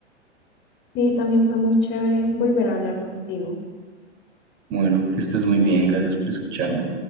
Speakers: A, on the left (about 30°); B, on the right (about 35°).
A: Sí, también fue muy chévere volver a hablar contigo.
B: Bueno, que estés muy bien, gracias por escucharme.